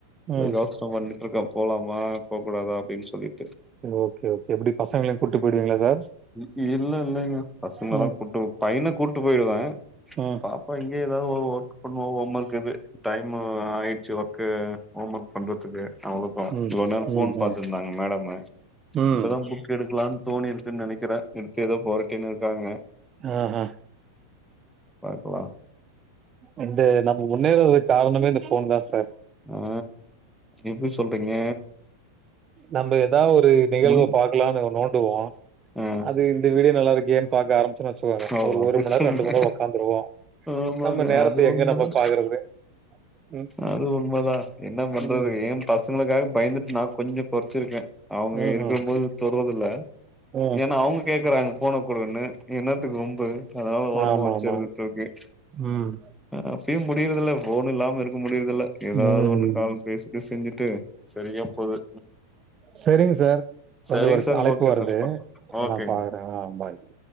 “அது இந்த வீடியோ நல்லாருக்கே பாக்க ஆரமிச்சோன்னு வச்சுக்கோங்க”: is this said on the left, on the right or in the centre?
Right